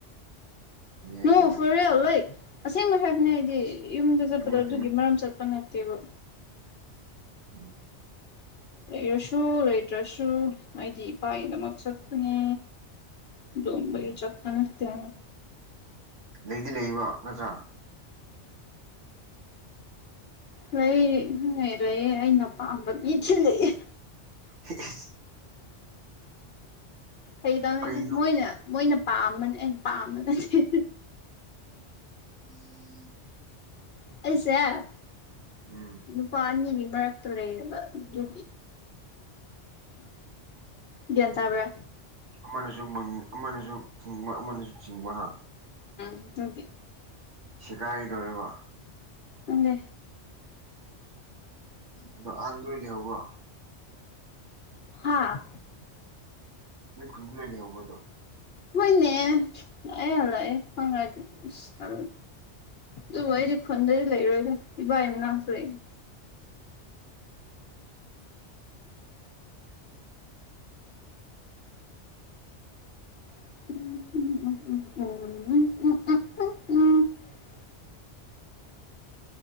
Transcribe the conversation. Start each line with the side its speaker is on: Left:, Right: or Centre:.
Right: ꯌꯥꯏ
Left: ꯅꯣꯡ
Right: ꯌꯥꯏ
Left: ꯐꯨꯔꯜ ꯂꯥꯏꯛ ꯑꯁꯦꯡꯕ ꯍꯥꯏꯕꯅꯦ ꯑꯩꯗꯤ ꯌꯨꯝꯗ ꯆꯠꯄꯗꯣ
Right: ꯆꯨꯝꯃꯤ
Left: ꯑꯗꯨꯒꯤ
Right: ꯆꯨꯝꯃꯤ
Left: ꯃꯔꯝ ꯆꯠꯄ ꯅꯠ ꯀꯩꯕꯨ
Right: ꯎꯝ
Left: ꯂꯩꯔꯁꯨ ꯂꯩꯇ꯭ꯔꯁꯨ ꯑꯩꯗꯤ ꯏꯄꯥꯒꯤꯗꯃꯛ ꯆꯠꯄꯅꯦ ꯑꯗꯨꯒꯨꯝꯕꯒꯤ
Right: ꯎꯝ
Left: ꯆꯠꯄ ꯅꯠꯇꯦ
Right: ꯂꯩꯗꯤ ꯂꯩꯕ ꯅꯠꯇ꯭ꯔꯥ
Left: ꯂꯩꯌꯦ ꯂꯩꯌꯦ ꯑꯩꯅ ꯄꯥꯝꯕ ꯃꯤꯗꯤ ꯂꯩꯌꯦ
Right: <unintelligible>
Left: ꯀꯩꯇꯧꯅꯤ
Right: ꯀꯩꯅꯣ
Left: ꯃꯣꯏꯅ ꯃꯣꯏꯅ ꯄꯥꯝꯕꯅꯦ ꯑꯩꯅ ꯄꯥꯝꯕ ꯅꯠꯇꯦ
Right: ꯎꯝ
Left: ꯑꯦꯁꯦ ꯑꯗꯨ
Right: ꯎꯝ
Left: ꯄꯥꯔꯅꯤ ꯃ ꯇꯔꯕ ꯌꯨ ꯌꯦꯇꯕ꯭ꯔ
Right: ꯑꯃꯅꯁꯨ ꯃꯟ ꯑꯃꯅꯁꯨ ꯊꯤꯡꯕ ꯑꯃꯅꯁꯨ ꯊꯤꯡꯕ ꯍꯥ
Left: ꯊꯦ
Right: ꯁꯤꯒꯥꯏꯒꯗꯧꯔꯤꯕ
Left: ꯑ
Right: ꯑꯗꯣ ꯑꯍꯥꯟꯕꯗ ꯂꯣꯏ ꯂꯩꯍꯧꯕ꯭ꯔꯣ
Left: ꯍꯥꯥ
Right: ꯅꯣꯏ ꯈꯨꯟꯗꯨ ꯂꯩꯅꯦꯍꯧꯕ ꯑꯗꯣ
Left: ꯃꯣꯏꯅꯦ ꯑꯂ ꯌꯦ ꯐꯥꯏ ꯏꯁ ꯑꯗꯨꯕꯨ ꯑꯩꯗꯤ ꯈꯨꯟꯗꯗꯤ ꯂꯩꯔꯣꯏꯗ ꯏꯕꯥ ꯏ ꯃꯅꯥꯛꯇ ꯂꯩ ꯎꯝ ꯎꯝ ꯎꯝ ꯎꯝ ꯎꯝ ꯎꯝ ꯎꯝ ꯎꯝ ꯎ ꯎꯝ